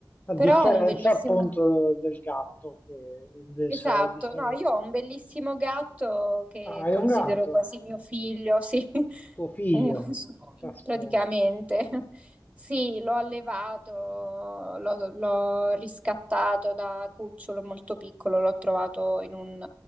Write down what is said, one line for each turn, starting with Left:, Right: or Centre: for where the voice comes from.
Left: a
Right: Però
Left: differenza
Right: ho un bellissimo...
Left: appunto del gatto che invece
Right: Esatto,
Left: dice...
Right: no, io ho un bellissimo gatto che
Left: Ah, hai
Right: considero
Left: un gatto?
Right: quasi mio figlio, sì, <laughs>
Left: Tuo figlio,
Right: un,
Left: caspita,
Right: Praticamente, <laughs> sì, l'ho allevato, l'ho l'ho riscattato da cucciolo molto piccolo, l'ho trovato in un